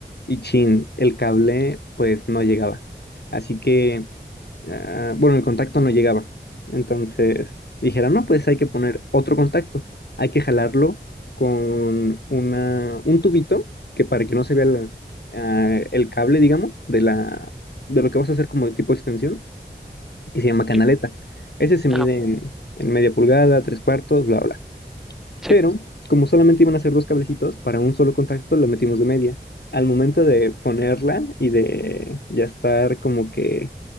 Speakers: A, on the left (about 70°); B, in the centre.
A: Y chin, el cable pues no llegaba. Así que ah, bueno, el contacto no llegaba. Entonces dijeron, no, pues hay que poner otro contacto, hay que jalarlo con una, un tubito que para que no se vea la- ah, el cable, digamos, de la, de lo que vas a hacer como de tipo extensión, que se llama canaleta.
B: Sí,
A: Ese se
B: ajá,
A: mide en, en media pulgada, tres cuartos, bla, bla.
B: sí,
A: Pero como solamente iban a ser dos cablecitos, para un solo contacto lo metimos de media. Al momento de ponerla y de ya estar como que